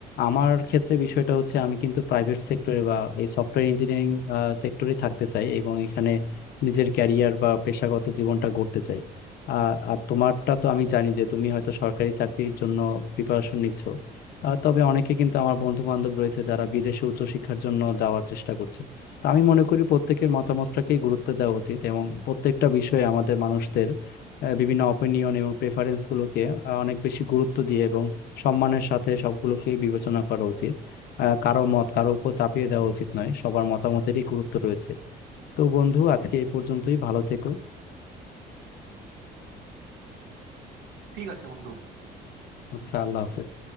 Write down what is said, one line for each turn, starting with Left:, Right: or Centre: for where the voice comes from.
Left: আমার ক্ষেত্রে বিষয়টা হচ্ছে আমি কিন্তু প্রাইভেট সেক্টরে বা এই সফটওয়্যার ইঞ্জিনিয়ারিং সেক্টরে থাকতে চাই এবং এখানে নিজের ক্যারিয়ার বা পেশাগত জীবনটা গড়তে চাই আর আর তোমারটা তো আমি জানি যে তুমি হয়তো সরকারি চাকরির জন্য প্রিপারেশন নিচ্ছ আহ, তবে অনেকে কিন্তু আমার বন্ধু বান্ধব রয়েছে যারা বিদেশে উচ্চশিক্ষার জন্য যাওয়ার চেষ্টা করছে তো আমি মনে করি প্রত্যেকের মতামতটাকেই গুরুত্ব দেওয়া উচিত এবং প্রত্যেকটা বিষয়ে আমাদের মানুষদের আহ, বিভিন্ন অপিনিয়ন এবং প্রেফারেন্স গুলোকে আহ, অনেক বেশি গুরুত্ব দিয়ে এবং সম্মানের সাথে সবগুলোকেই বিবেচনা করা উচিত আহ, কারো মত কারো উপর চাপিয়ে দেওয়া উচিত নয় সবার মতামতেরই গুরুত্ব রয়েছে তো বন্ধু আজকে এই পর্যন্তই ভালো থেকো
Right: ঠিক আছে বন্ধু
Left: আচ্ছা আল্লাহ হাফেজ